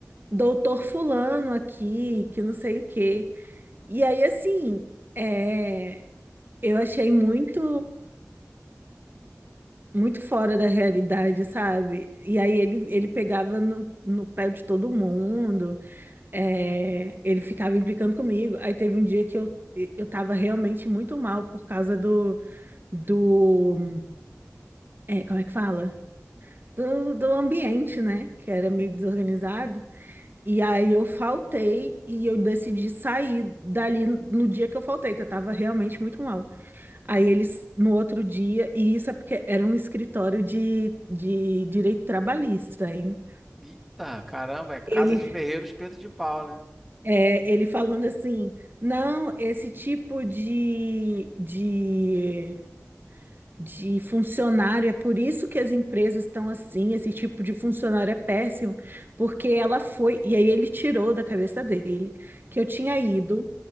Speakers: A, on the right; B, in the centre.
A: doutor fulano aqui, que não sei o quê. E aí, assim, é, eu achei muito, muito fora da realidade, sabe? E aí ele, ele pegava no, no pé de todo mundo, é, ele ficava implicando comigo. Aí teve um dia que eu, eu tava realmente muito mal por causa do do, é, como é que fala? Do, do ambiente, né? Que era meio desorganizado. E aí eu faltei e eu decidi sair dali no dia que eu faltei, que eu tava realmente muito mal. Aí eles, no outro dia, e isso é porque era um escritório de, de direito trabalhista, hein?
B: Eita, caramba, é casa
A: Ele,
B: de ferreiro, espeto de pau, né?
A: é, ele falando assim, não, esse tipo de, de de funcionário. É por isso que as empresas estão assim. Esse tipo de funcionário é péssimo, porque ela foi. E aí ele tirou da cabeça dele que eu tinha ido,